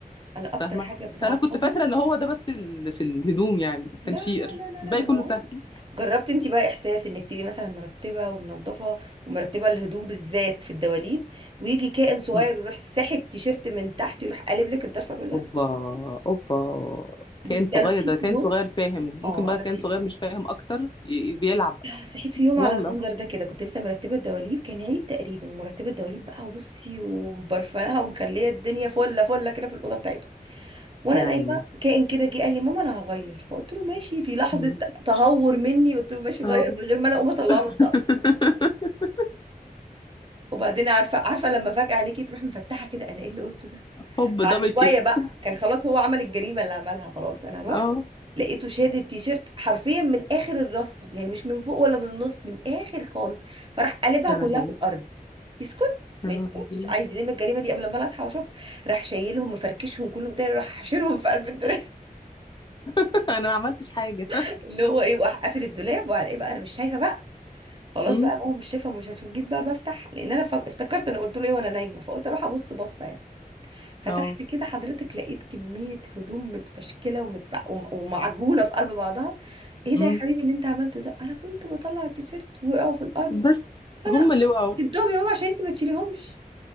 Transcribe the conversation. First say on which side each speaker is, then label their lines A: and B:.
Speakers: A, on the right; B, on the left.
A: انا اكتر
B: فاهمة
A: حاجه بتعصبني
B: فانا كنت فاكرة ان هو ده بس ال... في الهدوم يعني التنشير
A: لا لا لا لا
B: الباقي
A: لا ده
B: كله
A: موال
B: سهل
A: جربت انت بقى احساس انك تبقي مثلا مرتبه ومنظفه ومرتبه الهدوم بالذات في الدواليب ويجي كائن صغير
B: م.
A: يروح ساحب تيشيرت من تحت يروح قالب لك الطرفه كلها
B: اوبا اوبا
A: بصي
B: كائن صغير
A: انا صحيت
B: ده
A: في
B: كائن
A: يوم
B: صغير فاهم ممكن
A: اه
B: بقى
A: انا
B: كائن
A: صحيت
B: صغير مش فاهم اكتر ي... بيلعب بقى.
A: <clears throat> آه، صحيت في يوم
B: يلا
A: على المنظر ده كده كنت لسه مرتبه الدواليب كان عيد تقريبا ومرتبه الدواليب بقى وبصي ومبرفانها ومخليه الدنيا فله فله كده في الاوضه بتاعتها وانا
B: يا عيني
A: نايمه كائن كده جه قال لي ماما انا هغير فقلت له ماشي في لحظه
B: م.
A: تهور مني قلت له ماشي غير
B: اه
A: من غير ما انا اقوم اطلع له
B: <laughs>
A: وبعدين عارفه عارفه لما فجاه عليكي تروح مفتحه كده انا ايه اللي قلته ده
B: هوب دبل
A: بعد شويه
B: كيك
A: بقى كان خلاص هو عمل الجريمه اللي عملها خلاص انا رحت
B: اه
A: لقيته شاد التيشيرت حرفيا من اخر الرصه يعني مش من فوق ولا من النص من اخر خالص فراح قلبها
B: يا
A: كلها
B: لهوي
A: في الارض يسكت
B: يا
A: ما
B: لهوي
A: يسكتش عايز يلم الجريمه دي قبل ما انا اصحى واشوفها راح شايلهم مفركشهم كلهم تاني راح حاشرهم في قلب الدولاب
B: <laughs> انا ما عملتش حاجه
A: <laughs> اللي هو ايه وراح قافل الدولاب وعلى ايه بقى انا مش شايفه بقى خلاص
B: امم
A: بقى ماما مش شايفه مش هتشوف جيت بقى بفتح لان انا ف- افتكرت انا قلت له ايه وانا نايمه فقلت اروح ابص بصه يعني فتحت
B: اه
A: كده حضرتك لقيت كمية هدوم متفشكلة ومتبع... وم- ومعجونة في قلب بعضها ايه
B: امم
A: ده يا حبيبي اللي انت عملته ده انا كنت بطلع التيشيرت وقعوا في الارض
B: بس
A: فانا
B: هم اللي وقعوا
A: شلتهم يا ماما عشان انت ما تشيليهمش